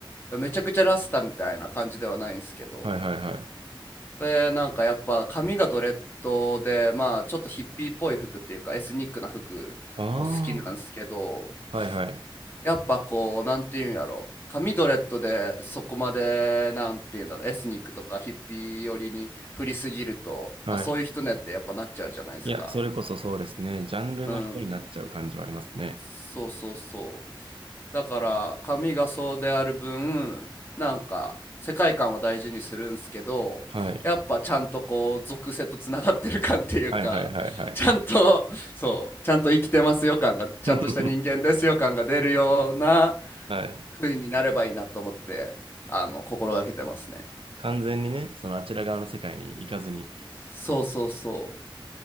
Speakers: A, on the left (about 25°); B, on the right (about 85°).
A: いめちゃくちゃラスタみたいな感じではないんですけど
B: う。はいはいはい。
A: で、なんかやっぱ髪がドレッドで、まあちょっとヒッピーっぽい服っていうかエスニックな服も好きなんですけど、
B: ああ、はいはい。
A: やっぱこう、なんていうんやろ、髪ドレッドでそこまで、なんていうんだろう、エスニックとかヒッピー寄りに振りすぎると、
B: はい。
A: あ、そういう人ねってやっぱなっちゃうじゃないですか。
B: いや、それこそそうですね。ジャンルの人になっちゃう感じはありますね。
A: うん。そうそうそう。だから髪がそうである分なんか世界観を大事にするんすけどやっぱちゃんとこう属性とつながってる感っていうか
B: はい。はいはいはいはい。
A: <laughs> ちゃんとそうちゃんと生きてますよ感がちゃんとした人間ですよ感が出るような
B: <laughs> はい。
A: 風になればいいなと思ってあの心がけてますね。
B: 完全にね、そのあちら側の世界に行かずに。
A: そうそうそう。